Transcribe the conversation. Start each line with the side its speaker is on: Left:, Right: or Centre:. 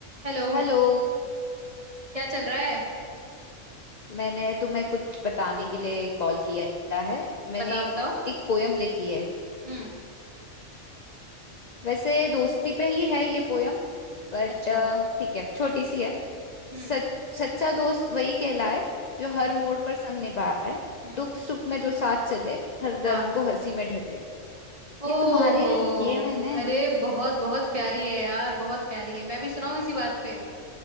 Right: हेलो
Left: हेलो
Right: क्या चल रहा है
Left: मैंने तुम्हें कुछ बताने के लिए कॉल किया है मैंने
Right: बताओ
Left: एक
Right: बताओ
Left: एक पोयम लिखी है
Right: हम्म
Left: वैसे दोस्ती पे ही है ये पोयम बट
Right: अच्छा
Left: ठीक है छोटी सी है
Right: हम्म
Left: सच, सच्चा दोस्त वही कहलाए जो
Right: हम्म
Left: हर मोड़ पर संग निभाए
Right: हम्म
Left: दुख सुख में जो साथ चले हर दर्द
Right: हाँ
Left: को हंसी में ढले ये
Right: ओहो
Left: तुम्हारे लिए लिखी है मैंने
Right: अरे बहुत बहुत प्यारी है यार बहुत प्यारी है मैं भी सुनाऊं इसी बात पे